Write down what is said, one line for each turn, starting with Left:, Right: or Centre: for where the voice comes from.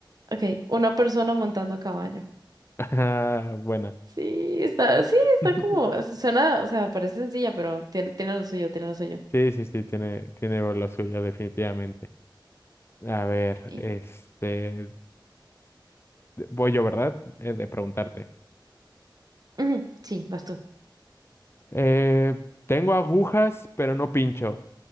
Right: Ok, una persona montando a caballo.
Left: <laughs> Ah, Buena.
Right: Sí, está, sí, está
Left: <laughs>
Right: como, suena, o sea, parece sencilla, pero tiene, tiene lo suyo, tiene lo suyo.
Left: Sí, sí, sí, tiene, tiene lo suyo, definitivamente. A ver,
Right: Sí.
Left: este, voy yo, ¿verdad? Eh, de preguntarte.
Right: Ujú, sí, vas tú.
Left: Eh, tengo agujas, pero no pincho.